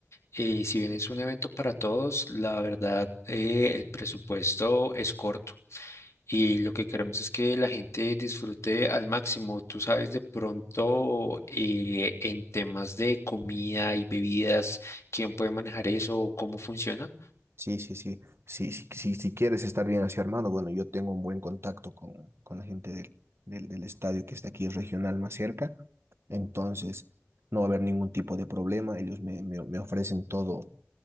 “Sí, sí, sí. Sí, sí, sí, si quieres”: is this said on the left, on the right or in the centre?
Right